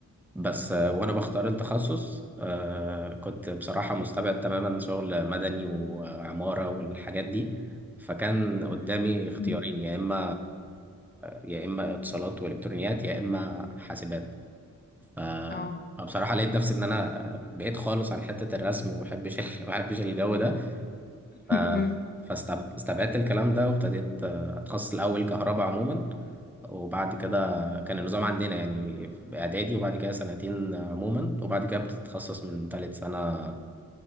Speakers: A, in the centre; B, on the left.
A: بس آه، وانا بختار التخصص آه، كنت بصراحه مستبعد تماما شغل مدني وعماره والحاجات دي فكان قدامي اختيارين
B: مم.
A: يا اما يا اما اتصالات والكترونيات يا اما حاسبات ف
B: اه
A: بصراحه لقيت نفسي ان انا بعيد خالص عن حته الرسم وما بحبش <laughs> ما بحبش الجو ده ف-
B: مم. <laughs>
A: فاستبعدت الكلام ده وابتديت آه، اتخصص الاول كهرباء عموما وبعد كده كان النظام عندنا يعني باعدادي وبعد كده سنتين عموما وبعد كده بتتخصص من ثالث سنه